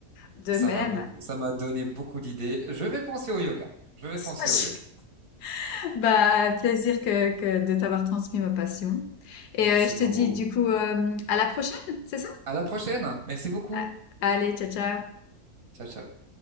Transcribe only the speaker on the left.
De
même.
<laughs>
Bah, plaisir que, que de t'avoir transmis ma passion. Et
euh, je
te dis du coup euh, à la prochaine, c'est ça?
Ah, Allez, ciao, ciao.